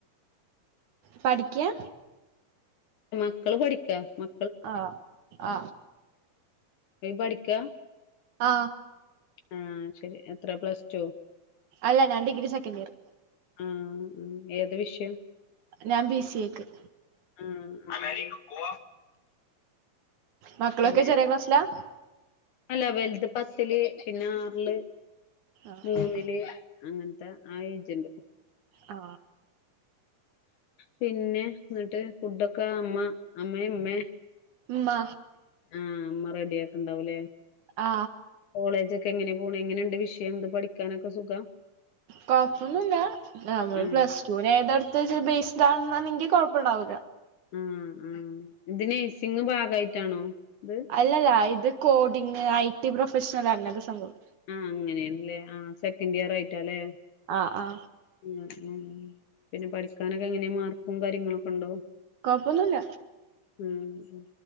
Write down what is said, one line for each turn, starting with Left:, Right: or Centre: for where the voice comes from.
Right: പഠിക്കാ
Left: മക്കള് പഠിക്കാ മ
Right: അ ആ
Left: ഏ പഠിക്കാ
Right: ആ
Left: ആ ശരി എത്രേ പ്ലസ്ടു
Right: അല്ല ഞാൻ ഡിഗ്രി സെക്കന്റിയറ്
Left: ആ ഏത് വിഷയം
Right: ഞാൻ ബി സി എക്ക്
Left: അ <unintelligible>
Right: മക്കളൊക്കെ
Left: പിന്നെ
Right: ചെറിയ ക്ലാസിലാ
Left: അല്ല വലുത് പത്തില് പിന്നെ ആറില്
Right: ആഹ്
Left: മൂന്നില്
Right: ആഹ്
Left: അങ്ങനത്ത ആ ഏജണ്ട്
Right: ആ
Left: പിന്നെ എന്നിട്ട് ഫുഡൊക്ക അമ്മ അമ്മേ ഉമ്മേ
Right: ഉമ്മ
Left: ആ ഉമ്മ റെഡിയാക്കുണ്ടാവൂല്ലേ
Right: ആ
Left: കോളേജക്കെങ്ങനെ പോണ് എങ്ങനെയൊണ്ട് വിഷയം ഇത് പഠിക്കാനൊക്കെ സുഖാ
Right: കൊഴപ്പൊന്നുല്ലാ നമ്മള്
Left: ആഹ്
Right: പ്ലസ്ടൂനതെടുത്തവെച്ചാ ബേസ്ഡാണെന്നുണ്ടെങ്കി കൊഴപ്പണ്ടാവൂല
Left: അ ആ ഇത് നേഴ്‌സിങ്ങ് ഭാഗയിട്ടാണോ ഇത്
Right: അല്ലല്ല ഇത് കോഡിങ് ഐടി പ്രൊഫഷണൽ അങ്ങനത്തെ സംഭവം
Left: ആ അങ്ങനെയണല്ലേ ആ സെക്കൻഡിയറായിട്ടാല്ലേ
Right: ആ ആ
Left: ഉം ഉം പിന്നെ പഠിക്കാനൊക്കെങ്ങനാ മാർക്കും കാര്യങ്ങളൊക്കുണ്ടോ
Right: കൊപ്പോന്നുല്ല
Left: ഉം ഉം